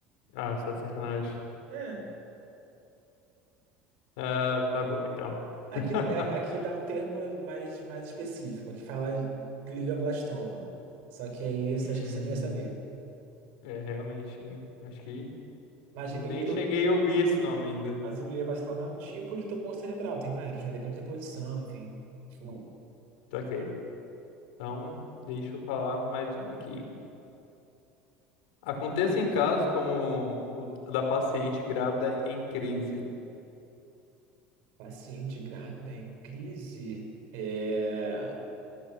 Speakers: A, on the left; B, on the right.
A: Ah, só de sacanagem.
B: É.
A: Ah, tá bom, então.
B: Aqui,
A: <laughs>
B: a- aqui dá um termo mais, mais específico, que fala glioblastoma. Só que aí
A: Hum,
B: você acha que você não ia saber.
A: É, realmente, acho que
B: Mas
A: nem
B: o, gli-
A: cheguei a ouvir esse nome ainda.
B: Mas o glioblastoma é um tipo de tumor cerebral, tem vários, né? Depende da posição, enfim. Hum.
A: Tá ok. Então, deixa eu falar mais uma aqui. Aconteça em casos como o da paciente grávida em crise.
B: Paciente grávida em crise é a